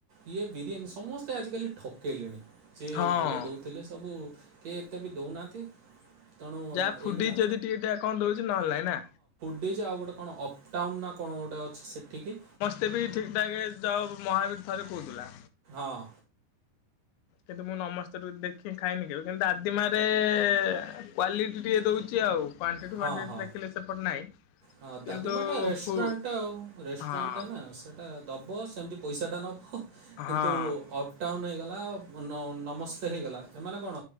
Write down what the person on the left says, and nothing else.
ହଁ
ଯାହା ଫୁଡି
ଯଦି ଟିକେ ଟା କଣ ଦଉଛି ନହେଲେ ନାଇଁ ନା।
ତେବେ ଇ ଠିକ୍ ଠାକେ ଯବ ମହାବୀର ଥରେ କହୁଥିଲା।
କିନ୍ତୁ ମୁଁ ନମସ୍ତେ ଠୁଦେଖି ଖାଇନି କେବେ କିନ୍ତୁ ଆଦିମାରେ ଏ- କ୍ଵାଲିଟି ଟିକେ ଦଉଛି ଆଉ। କ୍ୱାଣ୍ଟିଟି ଫ୍ୱାଣ୍ଟିଟି
ଦେଖିଲେ ସେପଟେ ନାହିଁ।
କିନ୍ତୁ
ଫୁ
ହଁ
ହଁ